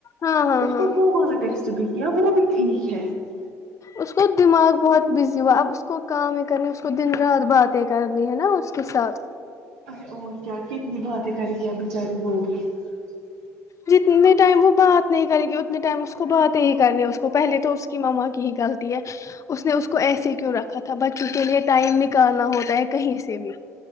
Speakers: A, on the left; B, on the right.
A: ہاں ہاں
B: اس
A: ہاں
B: کو وہوانا ٹیسٹ بھی کیا وہ بھی کی <unintelligible> ہے <unintelligible>
A: اس کو دماغ بہت بزی ہوا اب اس کو کام کرنی اس کو دن رات باتیں کرنی ہے نا اس کے ساتھ
B: ارے اور کیا کتنی باتیں کر گیا بچاری وہ بھی <unintelligible>
A: جتنے ٹائم وہ بات نہیں کرے گی اتنے ٹائم اس کو باتیں ہی کرنی اس کو پہلے تو اس کی مما کی ہی غلطی ہے اس نے اس کو ایسے کیوں رکھا تھا بچوں کے لیے ٹائم نکالنا ہوتا ہے کہیں سے بھی